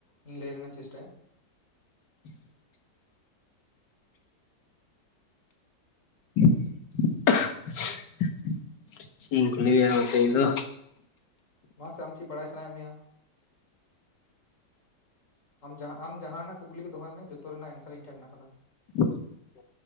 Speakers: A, on the left; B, on the left.
A: ᱤᱧ ᱞᱟᱹᱭ ᱨᱮᱱᱟᱜ ᱤᱧ ᱪᱮᱥᱴᱟᱭᱟ᱾
B: <unintelligible> <unintelligible> ᱪᱮᱫ ᱤᱧ ᱠᱩᱞᱤ ᱢᱮᱭᱟ ᱜᱚᱝᱠᱮ ᱤᱧ ᱫᱚ᱾
A: ᱢᱟᱥᱮ ᱟᱢ ᱪᱮᱫ ᱵᱟᱲᱟᱭ ᱥᱟᱱᱟᱭᱮᱫ ᱢᱮᱭᱟ᱾ ᱟᱢ ᱟᱢ ᱡᱟᱦᱟᱸᱱᱟᱜ ᱠᱩᱠᱞᱤ ᱜᱮ ᱫᱚᱦᱚᱭ ᱢᱮ, ᱡᱚᱛᱚ ᱨᱮᱱᱟᱜ ᱮᱱᱥᱟᱨ ᱤᱧ ᱴᱷᱮᱱ ᱢᱮᱱᱟᱜ ᱠᱟᱫᱟ᱾
B: <unintelligible>